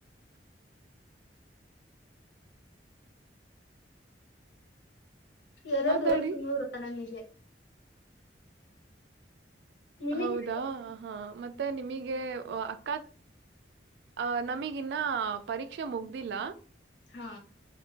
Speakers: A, on the left (about 75°); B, on the right (about 65°).
A: ಎರಡು
B: ಮಾತಾಡಿ
A: ಎರಡು ತುಂಗಳೂರು ನನಗೆ ನಿಮಗೆ
B: ಹೌದಾ ಹಾ ಮತ್ತೆ ನಿಮಗೆ ಅಕ್ಕ ಅ ನಮಗ್ ನ್ನ ಪರೀಕ್ಷೆ ಮುಗ್ದಿಲ್ಲ
A: ಹಾ